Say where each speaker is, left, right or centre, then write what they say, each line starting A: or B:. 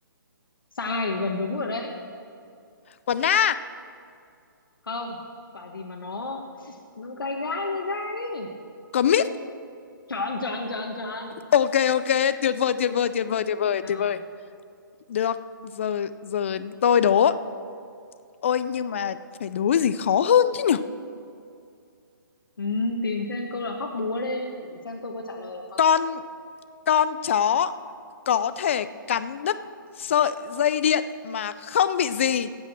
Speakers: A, on the left; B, on the left.
A: sai gần đúng rồi đấy
B: quả na,
A: không quả gì mà nó nó gai gai gai gai ấy
B: quả mít.
A: chọn chọn chọn chọn
B: Ok ok, tuyệt vời tuyệt vời tuyệt vời tuyệt vời
A: nào
B: tuyệt vời. Được, giờ giờ tôi đố. Ôi nhưng mà phải đố gì khó hơn chứ nhỉ,
A: ừ, tìm xem câu là hóc búa đấy để xem tôi có trả lời được không
B: Con Con chó có thể cắn đứt sợi dây điện mà không bị gì.